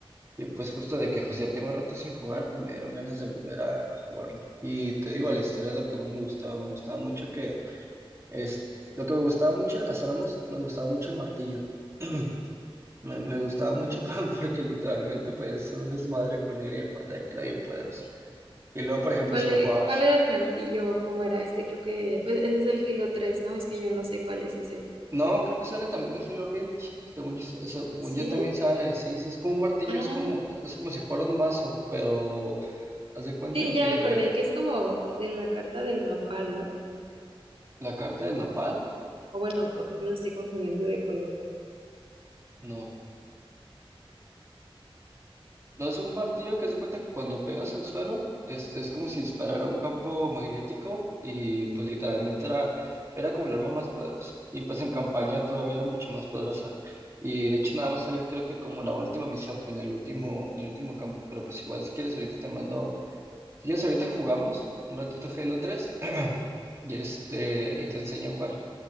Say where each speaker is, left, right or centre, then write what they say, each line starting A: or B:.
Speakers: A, on the right (about 30°); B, on the right (about 75°).
A: Y pues justo de que pues ya tengo rato sin jugar, pues me dieron ganas de volver a, a jugarlo. Y te digo, la historia es lo que más me gustaba, me gustaba mucho que... Es, lo que me gustaba mucho de las armas, me gustaba mucho el martillo. <clears throat> Me, me gustaba mucho <laughs> porque literalmente podías hacer un desmadre con él y aparte de que era bien poderoso. Y luego, por ejemplo,
B: ¿Cuál,
A: si lo
B: e-
A: jugabas...
B: cuál era el martillo? ¿Cómo era? Es que creo que pues, ese es el Halo tres, ¿no? Es que yo no sé cuál es ese.
A: No, creo que sale también en Hello Reach. Según yo, según
B: ¿Sí?
A: yo también sale, sí, sí, es como un martillo,
B: Ah,
A: es como, es como si fuera un mazo, pero haz de cuenta
B: sí,
A: que
B: ya me acordé, que es como de la carta del nopal, ¿no?
A: la carta del nopal,
B: O bueno, o creo que lo estoy confundiendo de juego.
A: no, No es un martillo que se cuenta que cuando pegas al suelo, este es como si disparara un campo magnético y pues literalmente era, era como el arma más poderosa. Y pues en campaña todavía era mucho más poderosa. Y de hecho nada más salía creo que como la última misión, en el último, en el último campo. Pero pues igual si quieres ahorita te mando, si quieres ahorita jugamos un ratito Halo 3 <clears throat> y este, y te enseño cuál,